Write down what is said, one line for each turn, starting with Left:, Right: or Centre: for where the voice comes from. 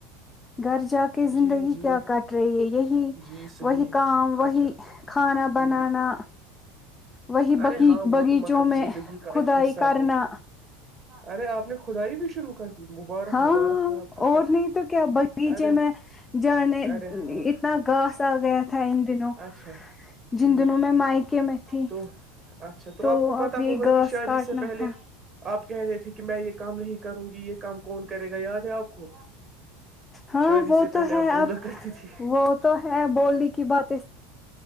Left: گھر جا کے
Right: جی
Left: زندگی
Right: جی
Left: کیا کٹ رہی ہے یہی
Right: جی صحیح
Left: وہی کام وہی
Right: اچھا
Left: کھانا بنانا
Right: ہ
Left: وہی
Right: ارے
Left: بی
Right: ہاں وہ
Left: باغیچ
Right: تو مطلب
Left: میں
Right: زندگی کا
Left: خدائی
Right: ایک حصہ
Left: کرنا
Right: ہے ارے آپ نے کدائی بھی شروع کر دی مبارک
Left: ہاں
Right: مبارک ہے آپ کو
Left: اور
Right: پھر
Left: نہیں تو کیا باغیچے
Right: ارے
Left: میں جانے
Right: ارے ہاں
Left: اتنا گھاس آ گیا تھا ان دنوں
Right: اچھا ٹھیک
Left: جن دنوں میں مائکے میں تھی
Right: تو اچھا
Left: تو
Right: آپ کو
Left: اب
Right: پتا
Left: یہ
Right: ہوگا
Left: گھاس
Right: کہ شاید
Left: کاٹنا
Right: اس سے پہلے
Left: تھا
Right: آپ کہہ رہے تھے کہ میں یہ کام نہیں کروں گی یہ کم کون کرے گا یاد ہے آپ کو
Left: ہاں
Right: شادی
Left: وہ
Right: سے
Left: تو
Right: پہلے
Left: ہے
Right: آپ بو
Left: اب
Right: کرتی تھی
Left: وہ تو ہے بولنے کی باتیں